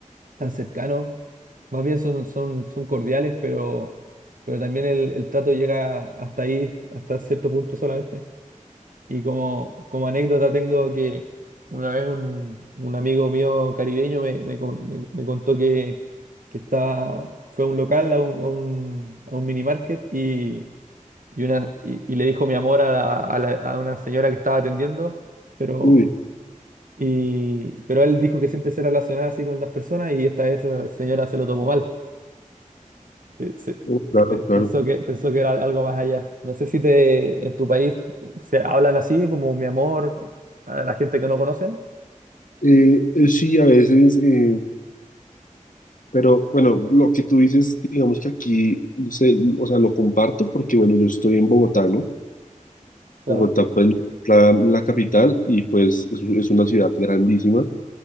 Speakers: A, on the right; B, on the left.
A: tan cercanos. Más bien son, son, son cordiales, pero, pero también el, el trato llega hasta ahí, hasta cierto punto solamente. Y como, como anécdota tengo que una vez un, un amigo mío caribeño me, me, co- me- me contó que, que estaba, fue a un local, a un, a un, a un minimarket, y, una, y, y le dijo mi amor a, a la- a una señora que estaba atendiendo, pero,
B: Uy,
A: y, pero él dijo que siempre se relacionaba así con las personas y esta esa señora se lo tomó mal. Se- se-
B: oh, claro,
A: pe- pensó
B: claro.
A: que, pensó que era algo más allá. No sé si te, en tu país se hablan así, como mi amor, a la gente que no conocen.
B: Eh, eh, sí, a veces... eh, Pero bueno, lo que tú dices, digamos que aquí, se- o sea, lo comparto porque, bueno, yo estoy en Bogotá, ¿no?
A: Claro.
B: Bogotá, pues, la, la capital y pues es, es una ciudad grandísima.